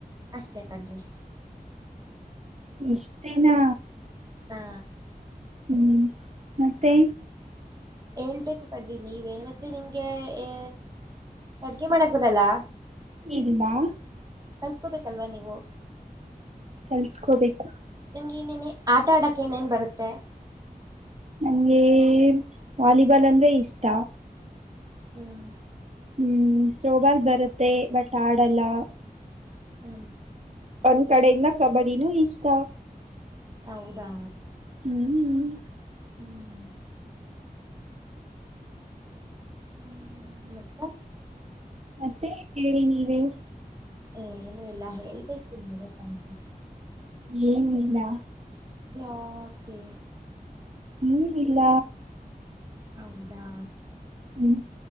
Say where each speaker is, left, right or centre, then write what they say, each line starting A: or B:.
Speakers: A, on the right; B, on the right.
A: ಅಷ್ಟೇ ಕಂಡ್ರ
B: ಇಷ್ಟೇನ
A: ಹಾ
B: ಹೂ ಮತ್ತೆ
A: ಹೇಳ್ಬೇಕು ಪಡ್ರಿ ನೀವೇ ಮತ್ತೆ ನಿಮ್ಗೆ ಎ ಅಡ್ಗೆ ಮಾಡಕ್ ಬರಲ್ಲ
B: ಇಲ್ಲ....
A: ಕಲ್ಕೋಬೇಕಲ್ವಾ ನೀವು.
B: ಕಲ್ತ್ಕೋಬೇಕು.
A: ನಿಮ್ಗೆ ಇನ್ನೇನೆ ಆಟ ಆಡಕ್ ಏನೇನ್ ಬರುತ್ತೆ.
B: ನಂಗೆ <inaudible> ವಾಲಿಬಾಲ್ ಅಂದ್ರೆ ಇಷ್ಟ.
A: ಹ್ಮ್
B: ಹ್ಮ್ ತ್ರೋಬಾಲ್ ಬರುತ್ತೆ ಬಟ್ ಆಡಲ್ಲ
A: ಹ್ಮ್
B: ಒಂದ್ ಕಡೆಯಿಂದ ಕಬಡ್ಡಿನೂ ಇಷ್ಟ.
A: ಹೌದಾ
B: ಹ್ಮ್
A: ಹ್ಮ್ ಹ್ಮ್ ಮತ್ತೆ
B: ಮತ್ತೆ ಹೇಳಿ ನೀವೆ
A: ಏ ಏನು ಎಲ್ಲಾ ಹೇಳ್ಬೇಕು ನೀವೇ ತಂತು
B: ಏನಿಲ್ಲ..
A: <inaudible> ಹ್ಮ್
B: ನೀವ ಇಲ್ಲ
A: ಹೌದಾ
B: ಹ್ಮ್